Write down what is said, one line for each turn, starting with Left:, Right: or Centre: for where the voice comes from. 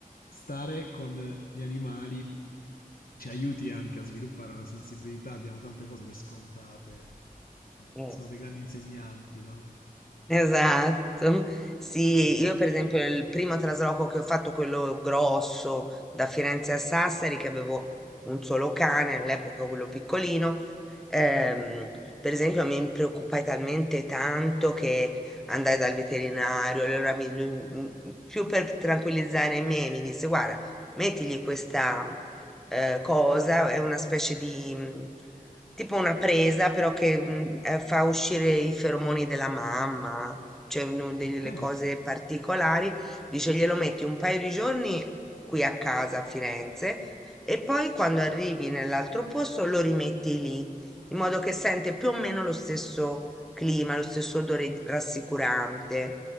Left: stare con gli animali ci aiuti anche a sviluppare una sensibilità, diamo tante cose per scontate, eh,
Centre: eh.
Left: sono dei grandi insegnanti, no?
Centre: Esatto. Sì,
Left: Sì.
Centre: io per esempio il primo trasloco che ho fatto, quello grosso da Firenze a Sassari, che avevo un solo cane, all'epoca quello piccolino, ehm, per esempio mi preoccupai talmente tanto che andai dal veterinario, allora mi- lui- m- più per tranquillizzare me mi disse, guarda, mettigli questa eh, cosa, è una specie di mm, tipo una presa, però che mm, eh, fa uscire i feromoni della mamma, cioè uno delle
Left: Ok.
Centre: cose particolari. Dice glielo metti un paio di giorni qui a casa a Firenze e poi quando arrivi nell'altro posto lo rimetti lì, in modo che sente più o meno lo stesso clima, lo stesso odore di- rassicurante,